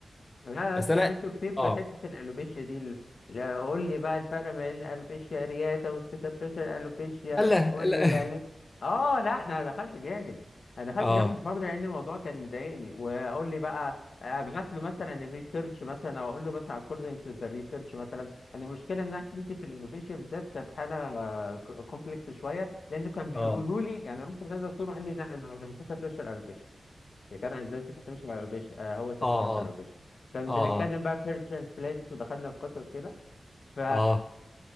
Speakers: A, on the left; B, on the left.
A: انا
B: بس
A: استعملته
B: انا
A: كتير في
B: اه
A: حته الالوبيشيا دي ال- لا، قول لي بقى الفرق بين الالوبيشيا رياتا والسكاتريشن الالوبيشيا
B: لا
A: قول
B: لا
A: لي العلاج اه لا ده انا دخلت جامد
B: <laughs>
A: انا دخلت
B: اه
A: جامد في الحوار ده لان الموضوع كان مضايقني وقول لي بقى ابعت له مثلا الريسيرش مثلا او اقول له مثلا according to the research مثلا انا المشكله ان انا كنت في الالوبيشيا بالذات كانت حاله كومبلكس شويه لان كان بيقولوا
B: اه
A: لي يعني رحت لكذا دكتور وقال لي ده ده سكاتريشن الالوبيشيا هي كان ازاي سكرتير شعوبيش آه هو سكرتير
B: اه اه
A: شعوبيش كان
B: اه
A: بنتكلم بقى في ترانسبلانت ودخلنا في قصص كده ف
B: اه